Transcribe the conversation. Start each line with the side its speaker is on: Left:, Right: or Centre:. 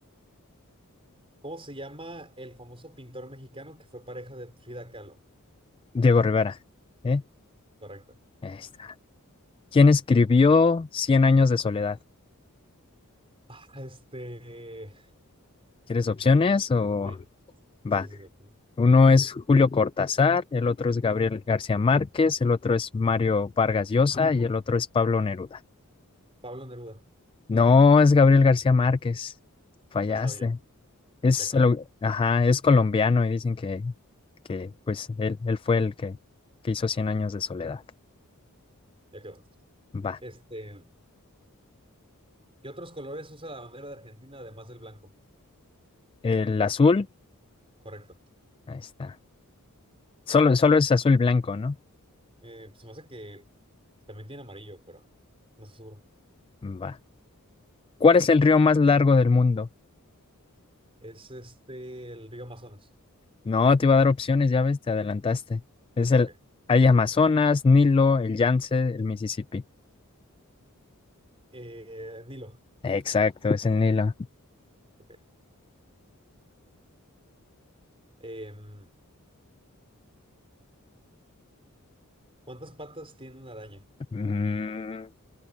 Right: ¿cómo se llama el famoso pintor mexicano que fue pareja de Frida Kahlo?
Left: Diego Rivera. ¿eh?
Right: Correcta.
Left: Ahí está. ¿Quién escribió Cien años de soledad?
Right: Ah, este.
Left: ¿Quieres opciones o
Right: Sí. Sí,
Left: va?
Right: sí, sí.
Left: Uno es Julio Cortázar, el otro es Gabriel García Márquez, el otro es Mario Vargas Llosa y el otro es Pablo Neruda.
Right: Pablo Neruda.
Left: No, es Gabriel García Márquez. Fallaste.
Right: No sabía.
Left: Es,
Right: Ya quedó.
Left: el- ajá, es colombiano y dicen que, que pues él, él fue el que, que hizo Cien años de soledad.
Right: Ya quedó.
Left: Va.
Right: Este, ¿qué otros colores usa la bandera de Argentina además del blanco?
Left: El
Right: Eh,
Left: azul,
Right: correcto.
Left: ahí está. Solo, solo es azul blanco, ¿no?
Right: Eh, se me hace que también tiene amarillo, pero no estoy seguro.
Left: Va. ¿Cuál es el río más largo del mundo?
Right: Es este, el río Amazonas.
Left: No, te iba a dar opciones, ya ves, te adelantaste. Es el,
Right: Ok.
Left: hay Amazonas, Nilo, el Yance, el Mississippi.
Right: Eh, Nilo.
Left: Exacto, es el Nilo.
Right: Ok. Em, ¿cuántas patas tiene una araña?
Left: Mm,